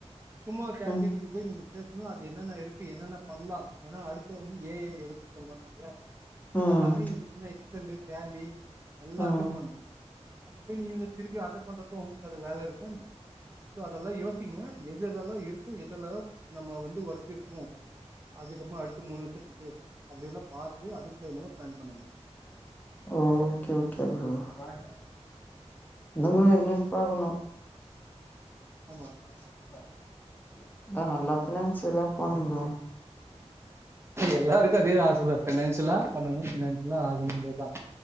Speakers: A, on the right; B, on the left.
A: சும்மா ஒரு சாட்
B: ம்
A: ஜி பி டி இப்ப போய் நீ பேசணும் அது என்னென்ன இருக்கு என்னென்னா பண்ணலாம் ஏன்னா அடுத்து வந்து ஏ ஐ இருக்கு சொல்வாங்கள்ள அதெல்லாமே
B: ம்
A: நீங்க சொன்ன எக்சலு டேலி எல்லாத்தையும்
B: ம்
A: பண்ணும் அப்ப போய் நீங்க திருப்பி அத பண்ற இப்ப உங்களுக்கு அது வேல இருக்கா என்ன சோ அதல்லாம் யோசிங்க எது இதெல்லாம் இருக்கும் எ துல நம்ம வந்து ஒர்க் இருக்கும் அதுக்கப்புறம் அடுத்த மூணு வருஷத்துக்கு அப்பிடி எல்லா பாத்து அது அடுத்து என்னவோ பிளான் பண்ணுங்க
B: ஓகே ஓகே ப்ரோ என்ன ப்ரோ
A: ஆமா
B: என்னன்னு பாக்கணும்
A: ஆமா
B: என்னா ப்ரோ <unintelligible> நல்லா ஃபினான்ஸியலா போனும் ப்ரோ
A: எல்லாருக்கும் அதே ஆசதான் ஃபினான்சியலா பண்ணணும் ஃபினான்சியலா ஆகணும்ன்றதான்